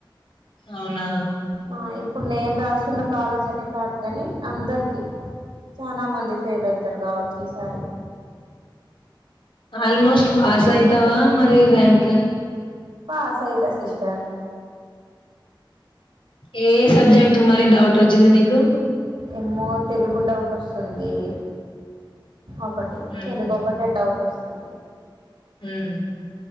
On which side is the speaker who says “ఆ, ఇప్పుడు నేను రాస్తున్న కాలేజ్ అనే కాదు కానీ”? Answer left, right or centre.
Right